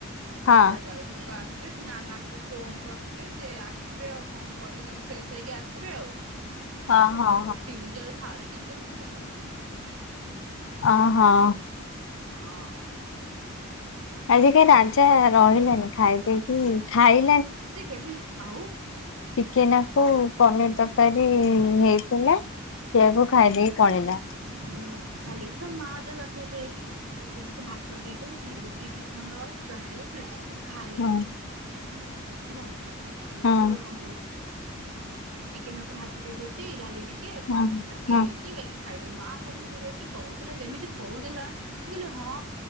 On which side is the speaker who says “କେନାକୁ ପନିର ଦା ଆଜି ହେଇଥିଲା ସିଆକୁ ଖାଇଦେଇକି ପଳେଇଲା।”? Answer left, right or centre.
Left